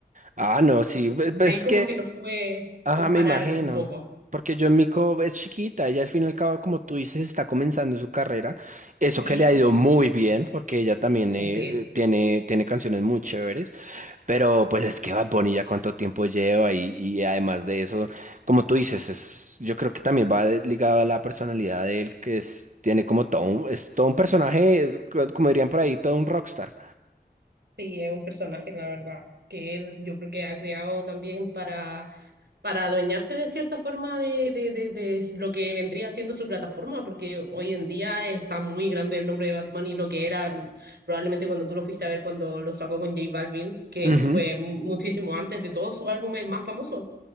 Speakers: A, on the right; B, on the right.
A: Ah, no, sí, ve- ves
B: Ahí como
A: que,
B: que los puede
A: ajá,
B: comparar
A: me imagino,
B: un poco.
A: porque John Mico es chiquita, ella al fin y al cabo, como tú dices, está comenzando su carrera, eso
B: Tipo,
A: que le ha ido muy bien, porque ella también
B: súper.
A: eh, tiene, tiene canciones muy chéveres, Pero pues es que Bad Bunny ya cuánto tiempo lleva y, y además de eso, como tú dices, es, yo creo que también va de- ligado a la personalidad de él, que es, tiene como todo un, es todo un personaje, eh, co- como dirían por ahí, todo un rockstar.
B: Sí, es un personaje, la verdad, que él yo creo que ha creado también para para adueñarse de cierta forma de, de, de, de lo que vendría siendo su plataforma, porque hoy en día está muy grande el nombre de Bad Bunny, lo que era mm, probablemente cuando tú lo fuiste a ver cuando lo sacó con J Balvin, que
A: Ujú.
B: eso fue mu- muchísimo antes de todos sus álbumes más famosos.